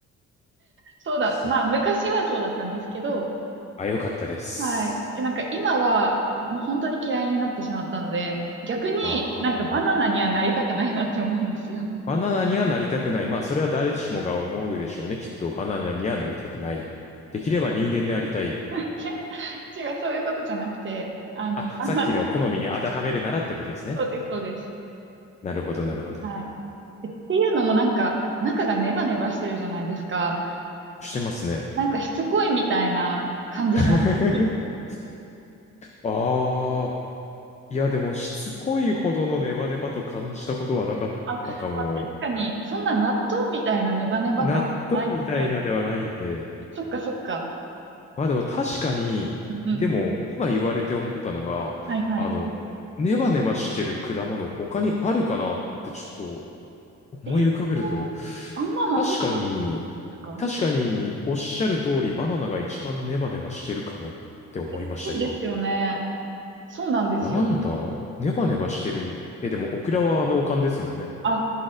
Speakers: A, on the right (about 40°); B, on the left (about 25°).
A: そうだ、
B: そっか
A: まあ、昔はそうだったんですけど、
B: あ、よかったです。
A: はい。えなんか今は、もう本当に嫌いになってしまったので、逆になんかバナナにはなりたくないなって思うんですよ。
B: ああ。バナナにはなりたくない。まあ、それは誰しもが思うでしょうね。きっと、バナナにはなりたくない。できれば人間でありたい。
A: <laughs> いやいや、違う、そういうことじゃなくて、あの、
B: あ、
A: あ、
B: さっきの好みに当てはめるならってことですね。
A: そうです、そうです。
B: なるほど、なるほど。
A: はい。えっていうのもなんか、中がネバネバしてるじゃないですか。
B: してますね。
A: なんかしつこいみたいな感じします。
B: <laughs> ああ、いやでもしつこいほどのネバネバと感じたことはなかったかも。
A: あ、まあ、確かに、そんな納豆みたいなネバネバ感はないか
B: 納豆みたいなではないんで。
A: そっかそっか。
B: まあでも確かに、
A: うんうん。
B: でも今言われて思ったのが、
A: はいはい。
B: あの、ネバネバしてる果物他にあるかなってちょっと思い浮かべると、
A: えーあんまなさそうで
B: 確かに、
A: すか
B: 確かにおっしゃる通りバナナが一番ネバネバしてるかもって思いました今。
A: え、そうですよね。そうなんですよ。
B: なんだネバネバしてる。え、でもオクラは農家ですもんね。
A: あ、